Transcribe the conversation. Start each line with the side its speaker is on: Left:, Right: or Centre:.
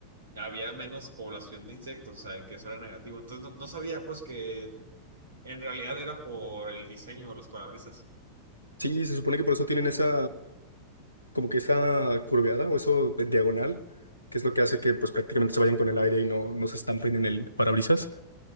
Right: había menos población de insectos, o sea, que eso era negativo. Entonces no, no sabía pues que en realidad era por el diseño de los parabrisas.
Left: Sí, se supone que por eso tienen esa, como que esa curveada o eso de diagonal, que es lo que hace
Right: Sí.
Left: que pues prácticamente se vayan con el aire y no, no se estampen en el parabrisas.